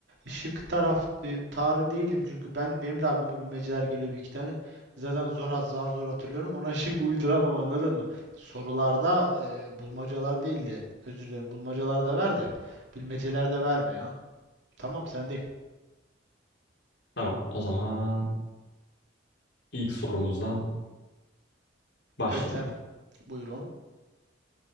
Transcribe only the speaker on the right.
şık taraf e, tarı değilim çünkü ben benim de aklıma bilmeceler geliyor bir iki tane. Zaten zor az zar zor hatırlıyorum. Ona <laughs> şık uyduramam anladın mı? Sorularda e, bulmacalar değil de özür dilerim bulmacalarda ver de bilmeceler de verme ya. Tamam sendeyim.
Evet sendeyim. Buyurun.